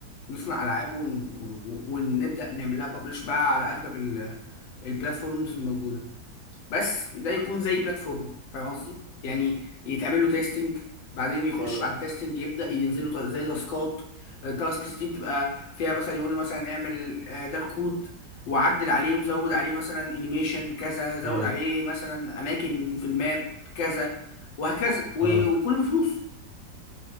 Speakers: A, on the left (about 80°); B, on the left (about 20°).
A: نصنع العاب ون... ون- ونبدا نعمل لها ببلش بقى على اغلب ال... البلاتفورمز الموجوده بس ده يكون زي بلاتفورم فاهم قصدي يعني يتعمل له تيستنج بعدين يخش
B: مم.
A: بعد التيستنج يبدا ينزل له زي تاسكات التاسكس دي بتبقى فيها مثلا يقول له مثلا اعمل آه، ده الكود وعدل عليه وزود عليه مثلا انيميشن كذا زود
B: مم.
A: عليه مثلا اماكن في الماب كذا وهكذا و...
B: مم.
A: وكله بفلوس